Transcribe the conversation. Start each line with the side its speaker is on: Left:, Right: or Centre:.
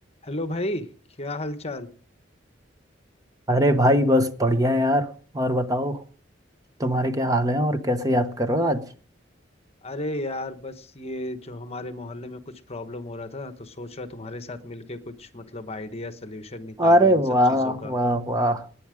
Left: Hello भाई क्या हाल चाल
Right: अरे भाई बस बढ़िया यार और बताओ तुम्हारे क्या हाल है और कैसे याद कर रहे हो आज
Left: अरे यार बस ये जो हमारे मोहल्ले में कुछ प्रॉब्लम हो रहा था तो सोच रहा तुम्हारे साथ मिलके कुछ मतलब आइडिया सोल्यूशन निकालो
Right: अरे
Left: इन
Right: वाह
Left: सब चीजों का
Right: वाह वाह